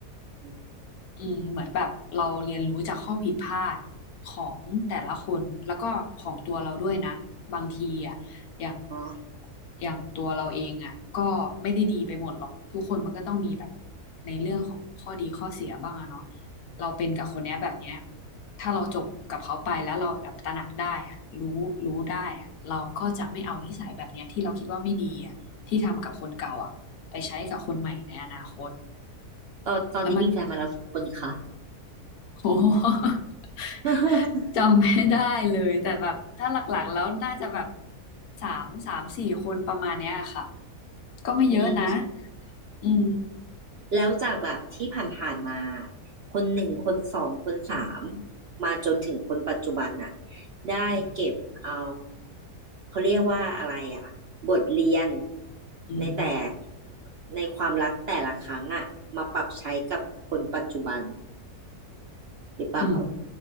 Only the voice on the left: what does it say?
อืมเหมือนแบบเราเรียนรู้จากข้อผิดพลาดของแต่ละคนแล้วก็ของตัวเราด้วยนะบางทีอ่ะอย่าง
อย่างตัวเราเองอ่ะก็ไม่ได้ดีไปหมดหรอกทุกคนมันก็ต้องมีแบบในเรื่องของข้อดีข้อเสียบ้างอะเนาะเราเป็นกับคนเนี้ยแบบเนี้ยถ้าเราจบกับเขาไปแล้วเราแบบตระหนักได้อ่ะรู้รู้ได้อ่ะเราก็จะไม่เอานิสัยแบบเนี้ยที่เราคิดว่าไม่ดีอ่ะที่ทำกับคนเก่าอ่ะไปใช้กับคนใหม่ในอนาคต
แล้วมัน โอ้โห <laughs>
จำไม่ได้เลยแต่แบบถ้าหลักๆแล้วน่าจะแบบสามสามสี่คนประมาณเนี้ยค่ะก็ไม่เยอะนะ
อืม
อืม
อืม
อืม